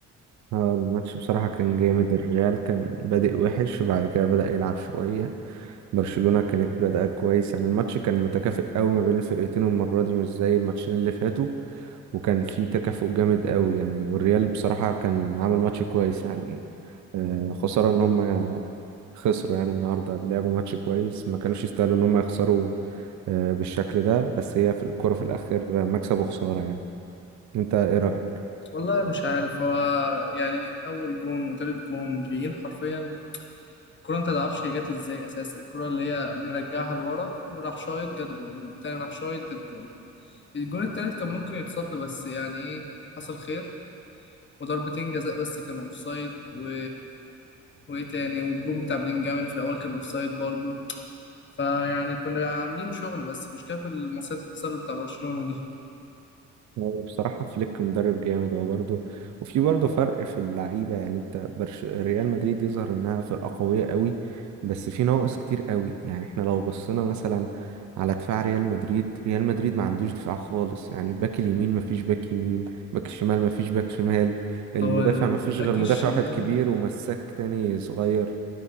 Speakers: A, on the right (about 70°); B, on the left (about 40°).
A: اه الماتش بصراحة كان جامد الريال كان بادئ وحش وبعد كده بدأ يلعب شوية برشلونة كانت بادئة كويس يعني الماتش كان متكافئ قوي ما بين الفرقتين والمرة دي مش زي الماتشين اللي فاتوا وكان في تكافؤ جامد قوي يعني والريال بصراحة كان عامل ماتش كويس يعني آه خسارة ان هم خسروا يعني النهاردة لعبوا ماتش كويس ما كانوش يستاهلوا ان هم يخسروا آه، بالشكل ده بس هي في الكرة في الآخر مكسب وخسارة يعني أنت إيه رأيك؟
B: والله مش عارف هو يعني اول جون وتالت جون جايين حرفيا الكرة انت متعرفش هي جت ازاي اساسا الكرة اللي هي مرجعها لورا وراح شايط جت جون التاني راح شايط جت جون الجون التالت كان ممكن يتصد بس يعني ايه حصل خير وضربتين جزاء بس كانوا اوفسايد و وايه تاني والجون بتاع بلينجهام اللي في الاول كان اوفسايد برضو فيعني كنا عاملين شغل بس مش كافي المصيدة التسلل بتاع برشلونة دي
A: هو بصراحة فليك مدرب جامد هو برضه وفي برضه فرق في اللعيبة يعني أنت برش... ريال مدريد يظهر إنها فرقة قوية قوي بس في نواقص كتير قوي يعني إحنا لو بصينا مثلا على دفاع ريال مدريد ريال مدريد ما عندوش دفاع خالص يعني باك اليمين ما فيش باك يمين باك الشمال ما فيش باك شمال المدافع
B: هو الباك
A: ما فيش غير مدافع
B: الشمال
A: واحد كبير ومساك تاني صغير